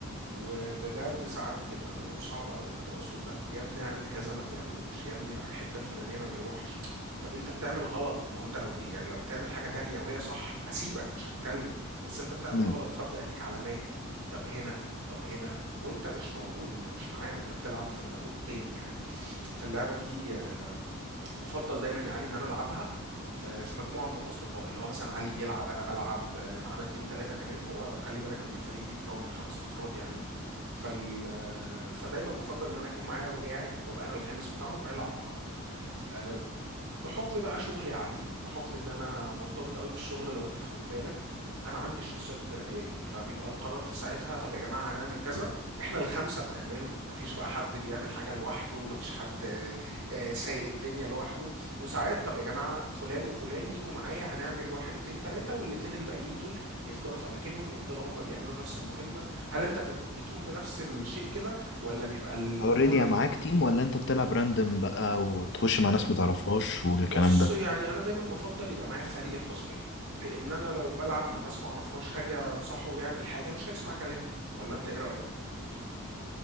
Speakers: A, on the right; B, on the left.
A: وبجد ساعات بتبقى الامور صعبه قوي في التواصل ده يا ابني اعمل كذا ما بيعملوش يا ابني روح الحته الفلانيه ما بيروحش طب انت بتعمل غلط ما هو انت لو بي يعني لو بتعمل حاجه تانية وهي صح هسيبك مش هتكلم بس انت بتعمل
B: مم.
A: غلط فابدا اديك علامات طب هنا طب هنا وانت مش موجود انت مش معانا انت بتلعب في ملكوت تاني يعني فاللعبه دي آه، بفضل دايما يا علي ان انا العبها آه، في مجموعة من الأصدقاء اللي هو مثلا علي بيلعب أنا بلعب آه، معانا اتنين تلاتة كمان هو خلي بالك إن الفريق بيتكون من خمس أفراد يعني فال آه، فدايما بفضل إن أنا يكون معايا رباعي وأبقى أنا الخامس بتاعهم ونلعب مع بعض آه، بحكم بقى شغلي عالي بحكم ان انا مرتبط قوي بالشغل لو انت تاخد بالك انا عندي الشخصيه القياديه دي فبيبقى القرار في ساعتها طب يا جماعه هنعمل كذا احنا الخمسه بنعمله مفيش بقى حد بيعمل حاجه لوحده مفيش حد آه، آه، سايق الدنيا لوحده وساعات طب يا جماعه فلان وفلان يجوا معايا هنعمل واحد اتنين تلاته والاتنين الباقيين دول يفضلوا في اماكنهم يفضلوا هم بيعملوا نفس المهمه هل انت بت- بتقوم بنفس الشيء كده ولا بيبقى الامور
B: اوريدي معاك تيم ولا انت بتلعب راندم بقى وتخش مع ناس متعرفهاش والكلام
A: بص
B: ده
A: يعني انا دايما بفضل يبقى معايا فريق الخاص بيا لان انا لو بلعب مع ناس معرفهاش هاجي انصحه يعمل حاجه مش هيسمع كلامي ولا انت ايه رايك